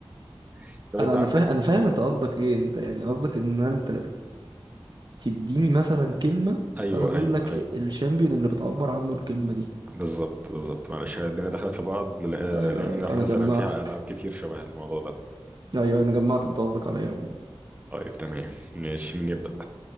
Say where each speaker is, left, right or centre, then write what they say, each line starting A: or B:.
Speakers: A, on the right; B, on the right.
A: <laughs> طب انت
B: انا انا
A: عندك
B: فاهم انا فاهم انت قصدك ايه انت يعني قصدك ان انت تديني مثلا كلمة فانا
A: ايوه
B: اقول
A: ايوه
B: لك
A: ايوه
B: إيه الشامبيون اللي بتعبر عنه الكلمة دي
A: بالظبط بالظبط معلش هي الدنيا دخلت في بعض ل- آه،
B: ايوه
A: لان
B: ايوه
A: احنا
B: انا
A: مثلا
B: جمعتك
A: فيها العاب كتير شبه الموضوع ده
B: ايوه انا جمعت انت قصدك على ايه يا عمو.
A: طيب تمام ماشي مين يبدأ